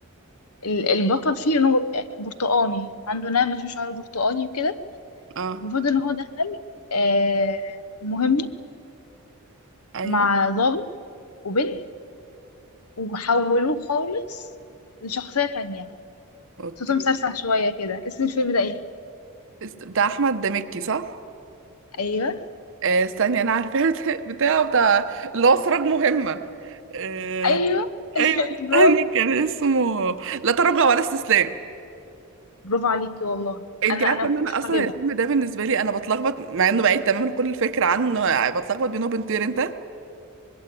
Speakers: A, on the left; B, on the right.
A: ال- البطل فيه نور يعني برتقاني عنده نعمة في شعره برتقاني وكده
B: اه
A: المفروض ان هو دخل آه، مهمة
B: ايوه
A: مع ضابط وبنت وحولوه خالص لشخصية تانية
B: اوكي
A: صوته مسرسع شوية كده اسم الفيلم ده ايه؟
B: است- بتاع احمد دمكي صح
A: ايوه
B: آه استني انا عارفاه <laughs> بتاع بتاع بتاع اللي هو سراج مهمة آه
A: ايوه <laughs>
B: ايوه استني
A: برافو
B: كان اسمه لا تراجع ولا استسلام
A: برافو عليكي والله
B: انت
A: انا
B: عارفه
A: انا ما
B: ان
A: كنتش
B: انا اصلا
A: هجيبها
B: الفيلم ده بالنسبه لي انا بتلخبط مع انه بعيد تماما كل الفكره عنه يعني بتلخبط بينه وبين طير انت